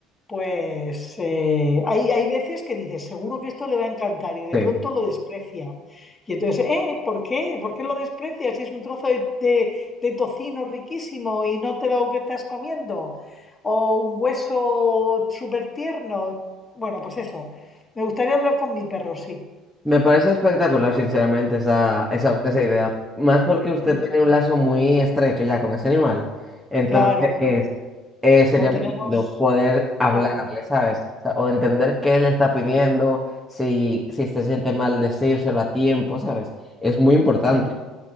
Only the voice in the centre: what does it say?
Sí.
Me parece espectacular, sinceramente, esa, esa, esa idea. Más porque usted
tiene un lazo muy estrecho ya con ese animal. Entonces,
eh, sería
muy lindo poder hablarle,
¿sabes? O sea, o entender qué le está pidiendo, si, si se siente mal decírselo a tiempo, ¿sabes? Es muy importante.